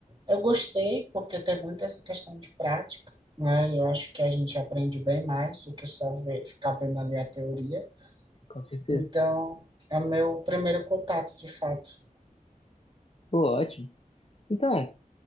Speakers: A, on the right; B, on the left.
A: eu gostei porque tem muito essa questão de prática, né? Eu acho que a gente aprende bem mais do que só ver, ficar vendo ali a teoria.
B: Com certeza.
A: Então, é meu primeiro contato, de fato.
B: Pô, ótimo. Então,